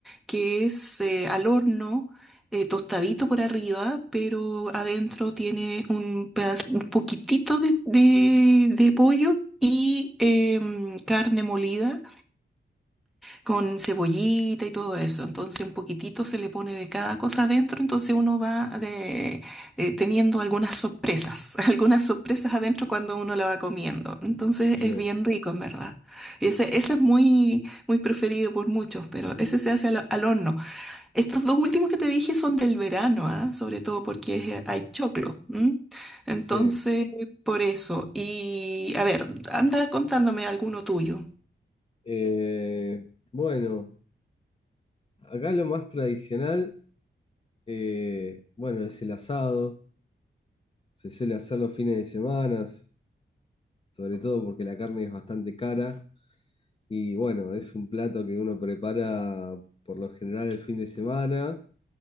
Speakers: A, in the centre; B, on the left (about 30°).
A: que es eh, al horno. eh, tostadito por arriba, pero adentro tiene un, pedaz- un poquitito de, de- de pollo y em, carne molida con cebollita y todo eso. Entonces un poquitito se le pone de cada cosa adentro, entonces uno va de- eh, teniendo algunas sorpresas, <laughs> algunas sorpresas adentro cuando uno la va comiendo. Entonces
B: Bien,
A: es bien rico en verdad. Y ese, ese es muy, muy preferido por muchos, pero ese se hace al, al horno. Estos dos últimos que te dije son del verano, ¿ah? Sobre todo porque es- eh, hay choclo. ¿m? Entonces,
B: sí.
A: por eso. Y a ver, anda contándome alguno tuyo.
B: Eh, bueno. Acá lo más tradicional, eh, bueno, es el asado. Se suele hacer los fines de semana, sobre todo porque la carne es bastante cara. Y bueno, es un plato que uno prepara por lo general el fin de semana.